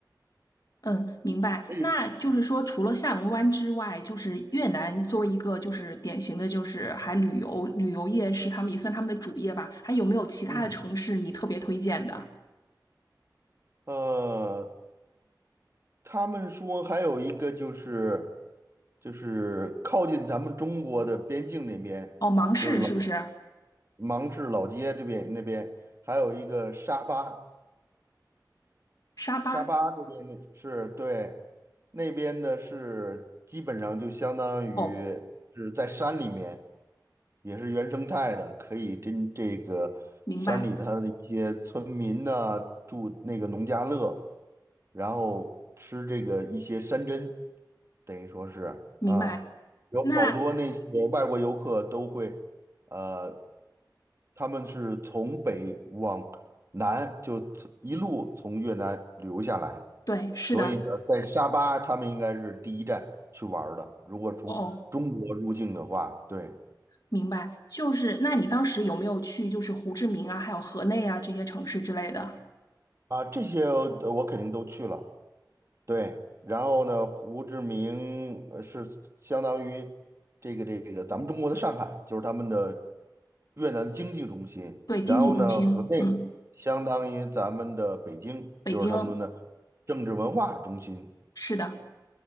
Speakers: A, on the left; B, on the right.
A: 嗯，明白。
B: 哎，
A: 那就是说，除了下龙湾之外，就是越南作为一个就是典型的，就是还旅游旅游业是他们也算他们的主业吧。还有没有其他的城市你特别推荐的？
B: 嗯，呃。他们说还有一个就是，就是靠近咱们中国的边境那边，
A: 哦，芒市是不是？
B: 就是老芒市老街这边那边，还有一个沙巴，
A: 沙巴？
B: 沙巴那边的是对，那边的是基本上就相当于
A: 哦，
B: 是在山里面，也是原生态的，可以跟这个山里它的一些村民呢、
A: 明白
B: 住那个农家乐，然后吃这个一些山珍。等于说是啊，
A: 明白。
B: 有好多那些外国游客都会，
A: 那
B: 呃，他们是从北往南就从一路从越南旅游下来，
A: 对，是的。
B: 所以呢，在沙巴他们应该是第一站去玩儿的。如果从中国入境的话，
A: 哦，
B: 对
A: 明白。就是那你当时有没有去就是胡志明啊，还有河内啊这些城市之类的？
B: 啊，这些呃我肯定都去了。对，然后呢，胡志明呃是相当于这个这个咱们中国的上海，就是他们的越南的经济中心。
A: 对，经济中心。
B: 然后呢，河内相当于咱们的北京，
A: 嗯，北京。
B: 就是他们的政治文化中心。
A: 是的。